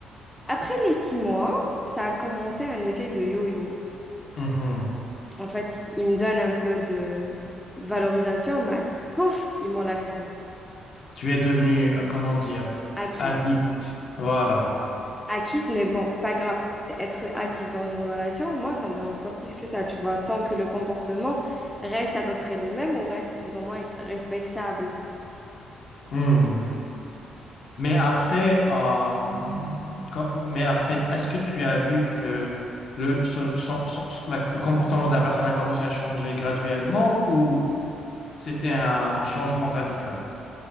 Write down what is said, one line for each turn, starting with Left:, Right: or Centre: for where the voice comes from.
Centre: Après les six mois, ça a commencé un effet de yo-yo.
Left: Mhm.
Centre: En fait, il me donne un peu de valorisation, mais pouf, il m'enlève tout.
Left: Tu es devenu, euh, comment dire,
Centre: Acquis
Left: addict. Voilà.
Centre: acquise, mais bon, c'est pas grave. C'est être acquise dans une relation, moi, ça me dérange pas plus que ça, tu vois. Tant que le comportement reste à peu près le même ou reste plus ou moins respectable.
Left: Hmm. Mais
Centre: Et
Left: après, euh, quand- mais après, est-ce que tu as vu que le, son- son- son- la- le comportement de la personne a commencé à changer graduellement ou c'était un changement radical?